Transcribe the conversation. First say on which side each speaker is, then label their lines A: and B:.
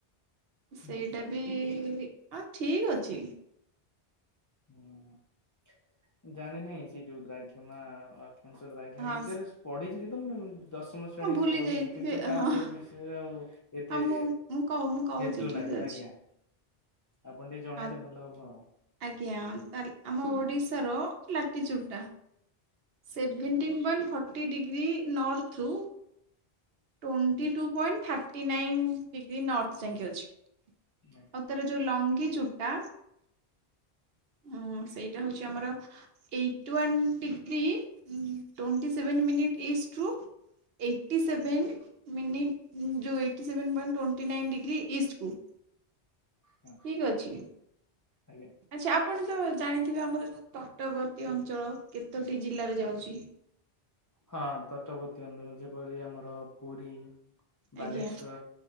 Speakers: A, on the right; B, on the left.
A: ସେଇଟା
B: ଆଜ୍ଞା
A: ବି ହଁ ଠିକ ଅଛି।
B: ହଁ ଜାଣି ନାଇଁ ସେ <unintelligible> ହ ଆଜ୍ଞା
A: ହଁ
B: ବିଷୟରେ ପଢିଛି ତ ଦଶମ ଶ୍ରେଣୀରେ
A: ହଁ ଭୁଲି
B: ପଢିଛି
A: ଯାଇଥିବେ
B: କିନ୍ତୁ ତା
A: ହଁ।
B: ସବୁ ବିଷୟରେ ଆଉ ଏତେ
A: ହଁ ମୁଁ ମୁଁ କହ ମୁଁ କହୁଛି
B: ହେତୁ
A: ଠିକ
B: ନାହିଁ
A: ଅଛି।
B: ଆଜ୍ଞା। ଆପଣ ଟିକେ ଜଣେଇଲେ
A: ଆ
B: ଭଲ ହବ ଆଉ।
A: ଆଜ୍ଞା ତାଲେ ଆମ ଓଡିଶାର ଲାଟିଚୁଟା ସେଭେଣ୍ଟିନ୍ ପଏଣ୍ଟ ଫର୍ଟି ଡିଗ୍ରୀ ନର୍ଥରୁ ଟ୍ୱଣ୍ଟି
B: ଆଜ୍ଞା।
A: Two point thirty nine degree north ଯାକେ ଅଛି।
B: <inaudible>
A: ଆଉ ତାର ଯୋଉ ଲଙ୍ଗି ଚୁଟା ଉଁ ସେଇଟା ହଉଛି ଆମର eight one degree twenty seven minute east ରୁ ଏଇଟି ସେଭେନ୍ ମିନିଟ୍ ଯୋଉ ଏଇ ସେଣ୍ଟ ଟଣ୍ଟି ନାଇନ ଡିଗ୍ରୀ ଇଷ୍ଟକୁ।
B: ହଁ
A: ଠିକ ଅଛି।
B: ଆଜ୍ଞା
A: ଆଚ୍ଛା ଆପଣ ତ ଜାଣିଥିବେ ଆମର ତଟବର୍ତ୍ତୀ ଅଞ୍ଚଳ କେତୋଟି ଜିଲ୍ଲାରେ ଯାଉଛି?
B: ହଁ ତଟବର୍ତ୍ତୀ ଅଧର ଯେପରି ଆମର ପୁରୀ ବାଲେଶ୍ୱର,
A: ଆଜ୍ଞା